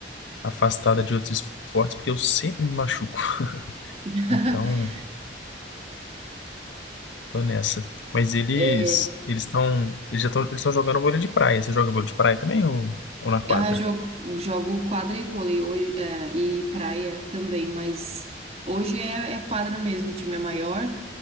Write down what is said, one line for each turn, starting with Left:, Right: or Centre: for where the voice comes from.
Left: afastada de outros esportes, porque eu sempre me machuco.
Right: <laughs>
Left: Então, tô nessa. Mas eles
Right: É,
Left: eles estão eles já estão eles estão jogando vôlei de praia. Você joga vôlei de praia também ou, ou na quadra?
Right: Ah, jogo, jogo quadra e vôlei hoje, é, e praia também, mas hoje é, é quadra mesmo, o time é maior,